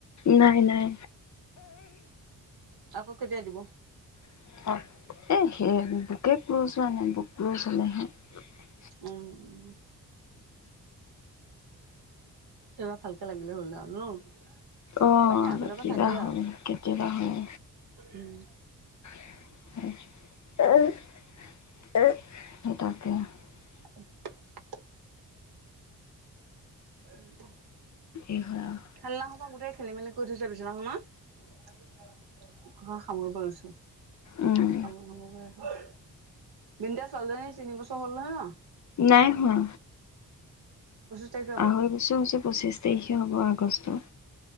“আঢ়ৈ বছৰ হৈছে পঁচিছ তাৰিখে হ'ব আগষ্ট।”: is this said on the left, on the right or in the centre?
Left